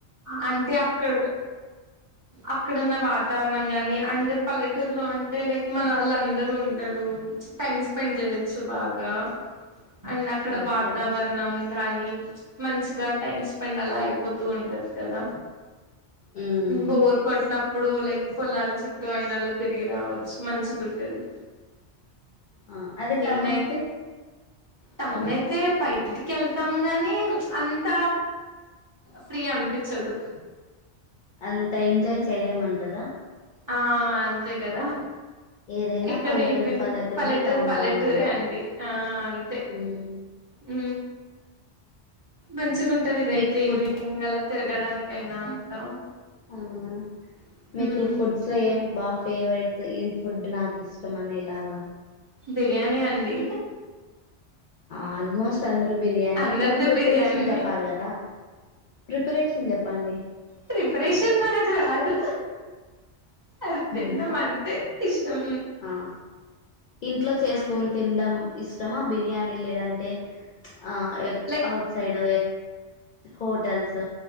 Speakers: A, on the right (about 20°); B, on the left (about 60°).
A: అంటే అక్కడ అక్కడున్న వాతావరణం ని అండ్ పల్లెటూరులో అంటే లైక్ మన వాళ్ళు అందరూ ఉంటారు టైమ్ స్పెండ్ చేయచ్చు బాగా అండ్ అక్కడ
B: ఓకే
A: వాతావరణం గానీ మంచిగా టైమ్ స్పెండ్ అలా అయిపోతూ ఉంటది కద
B: ఉమ్
A: బోర్ కొట్టనా ఇప్పుడు లైక్ పొలలు చుట్టూ అయినలా తిరిగి రావచ్చు మంచిగుట్టది
B: ఆ అదే
A: ని
B: టౌన్
A: నైతె
B: అయితే
A: టౌన్ అయితే బయటికి వెళ్తాం గాని అంత ఫ్రీ అనిపించదు
B: అంత ఎంజాయ్ చేయలేమంటదా
A: ఆ అంతే కదా
B: ఏదైనా
A: ఇక్కడ
B: పల్లెటూరు
A: ఈవిని
B: పల్లెటూరే
A: పల్లెటూరు
B: టౌన్
A: పల్లెటూరే
B: టౌనే అంటారు
A: అండి ఆ అంతే
B: ఉమ్
A: ఉ మంచిగా ఉంటది ఇదైతే
B: మీకు ఫుడ్
A: ఈవినింగ్ అలా తిరగడానికయినా అంతా
B: అవునా
A: ఉమ్
B: మీకు ఫుడ్స్ లో ఏం బా ఫేవరెట్ ఇది ఫుడ్ నాకు ఇష్టం అనేలాగా
A: బిర్యానీ అండి
B: ఆల్మోస్ట్ అందరుూ బిర్యానీ
A: అందరిది
B: కానీ ప్రిపరేషన్
A: బిర్యానీనే
B: చెప్పాలి కదా ప్రిపరేషన్ చెప్పండి
A: ప్రిపరేషన్ మనకు రాదు అదిన్న
B: అవునా
A: మనంత ఇష్టం
B: ఆ ఇంట్లో చేసుకొని
A: అండి
B: తినడం ఇ ఇష్టమా బిర్యానీ లేదంటే ఆ
A: like
B: outside hotels